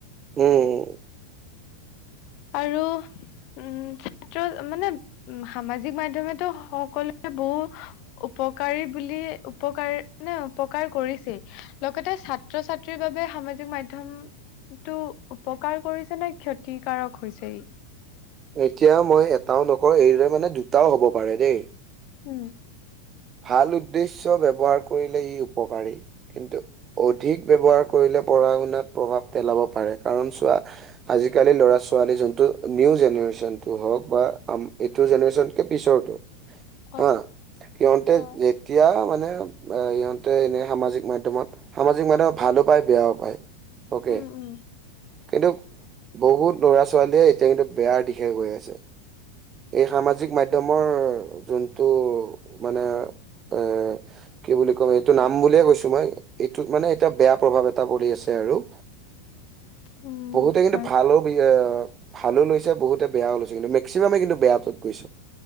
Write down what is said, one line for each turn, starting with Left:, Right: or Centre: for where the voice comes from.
Right: উম
Left: আৰু উম ছাত্ৰ মানে সামাজিক মাধ্যমে ত সকলোবোৰ উপকাৰী বুলি উপকাৰ নে অপকাৰ কৰিছেই। লগতে ছাত্ৰ ছাত্ৰীৰ বাবে সামাজিক মাধ্যম এটো উপকাৰ কৰিছে নে ক্ষতিকাৰক হৈছে ই
Right: এতিয়া মই এটাও নকওঁ এইদৰে মানে দুটাও হ'ব পাৰে দেই।
Left: উম।
Right: ভাল উদ্দেশ্য ব্যৱহাৰ কৰিলে ই উপকাৰী। কিন্তু অধিক ব্যৱহাৰ কৰিলে পঢ়া শুনাত প্ৰভাৱ পেলাব পাৰে কাৰণ চোৱা আজিকালি ল'ৰা ছোৱালী যোনটো নিউ জেনেৰেশ্যনটো হওক বা আম এইটো জেনেৰেশ্যনকে পিছৰটো
Left: <inaudible>
Right: হা সিহতে
Left: অ
Right: যেতিয়া মানে সিহঁতে এনে সামাজিক মাধ্যমত সামাজিক মাধ্যমত ভালো পায় বেয়াও পায় অকে।
Left: উম উম
Right: কিন্তু বহুত ল'ৰা ছোৱালীয়ে এতিয়া কিন্তু বেয়াৰ দিশে গৈ আছে। এই সামাজিক মাধ্যমৰ যোনটো মানে এ কি বুলি ক'ম এইটো নাম বুলিয়ে কৈছোঁ মই এইটোত মানে এতিয়া বেয়া প্ৰভাৱ এটা পৰি আছে আৰু
Left: উম
Right: বহুতে কিন্তু
Left: হয়
Right: ভালো বি অ ভালো লৈছে বহুতে বেয়াও লৈছে কিন্তু মেক মেক্সিমামে কিন্তু বেয়াটোত গৈছ